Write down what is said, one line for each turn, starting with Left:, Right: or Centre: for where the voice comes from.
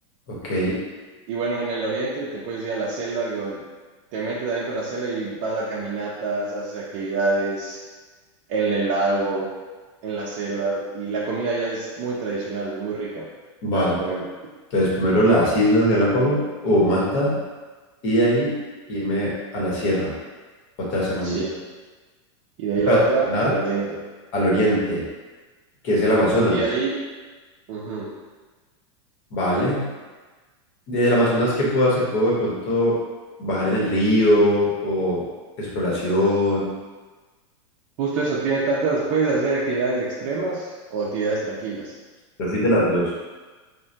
Left: Ok,
Right: Y bueno, en el oriente te puedes ir a la selva, que donde te metes adentro de la selva y vas a caminatas, haces actividades en el lago, en la selva. Y la comida ya es muy tradicional, es muy rica.
Left: vale.
Right: Te la recomiendo.
Left: Entonces, primero las Islas Galápagos o Manta y de ahí irme a la sierra, otra semanita.
Right: Sí. Y de ahí
Left: Y para
Right: la otra,
Left: terminar,
Right: al oriente.
Left: al oriente, que es el Amazonas,
Right: Y de ahí... ujú.
Left: ¿vale? Desde el Amazonas, ¿qué puedo hacer? ¿Puedo de pronto bajar en el río o exploración?
Right: Justo eso, tienes tantas, puedes hacer actividades extremas o actividades tranquilas.
Left: Yo soy de las dos.